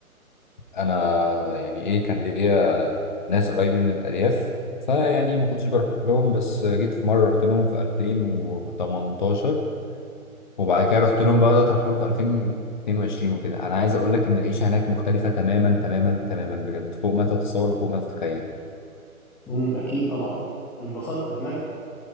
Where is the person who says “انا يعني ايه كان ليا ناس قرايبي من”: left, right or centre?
Left